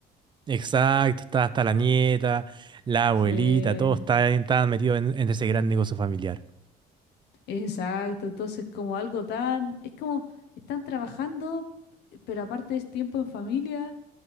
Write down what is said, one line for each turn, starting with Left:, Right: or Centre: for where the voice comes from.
Right: Exacto, está hasta la nieta, la abuelita,
Left: Sí.
Right: todos están, estaban metidos en, en ese gran negocio familiar.
Left: Exacto, entonces como algo tan, es como están trabajando, pero aparte es tiempo en familia